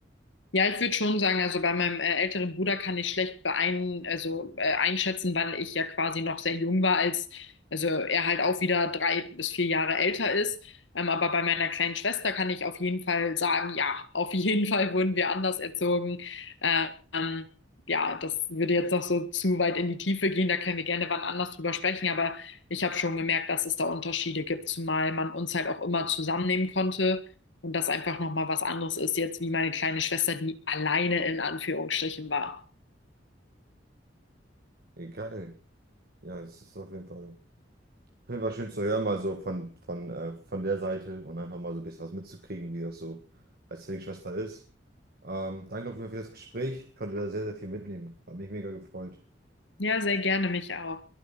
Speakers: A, on the left; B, on the right.
A: Ja, ich würde schon sagen, also bei meinem äh, älteren Bruder kann ich schlecht beein, also, äh, einschätzen, weil ich ja quasi noch sehr jung war, als also er halt auch wieder drei bis vier Jahre älter ist. Ähm, aber bei meiner kleinen Schwester kann ich auf jeden Fall sagen, ja, auf jeden <laughs> Fall wurden wir anders erzogen. Ähm, ja, das würde jetzt noch so zu weit in die Tiefe gehen, da können wir gerne wann anders drüber sprechen, aber ich habe schon gemerkt, dass es da Unterschiede gibt, zumal man uns halt auch immer zusammennehmen konnte. Und das einfach nochmal was anderes ist jetzt, wie meine kleine Schwester, die alleine in Anführungsstrichen war.
B: Egal. Ja, es ist auf jeden Fall. Finde war schön zu hören, mal so von, von, äh, von der Seite und einfach mal so ein bisschen was mitzukriegen, wie das so als Zwillingsschwester ist. Ähm, danke auf jeden Fall für das Gespräch. Ich konnte da sehr, sehr viel mitnehmen. Hat mich mega gefreut.
A: Ja, sehr gerne mich auch.